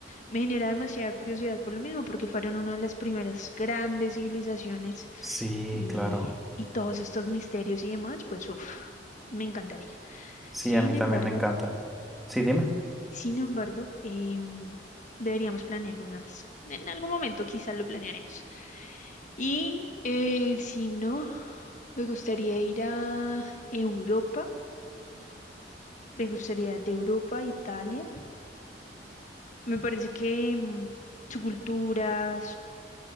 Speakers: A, on the left (about 45°); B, in the centre.
A: Me genera demasiada curiosidad por lo mismo, porque fueron una de las primeras grandes civilizaciones
B: Sí,
A: y,
B: claro.
A: y todos estos misterios y demás, pues uf, me encantaría.
B: Sí,
A: Sin
B: a mí también
A: embargo,
B: me encanta. Sí, dime.
A: sin embargo, em, deberíamos planear una vez. En algún momento quizás lo planearemos. Y eh, si no, me gustaría ir a Europa, me gustaría de Europa a Italia. Me parece que mm, su cultura,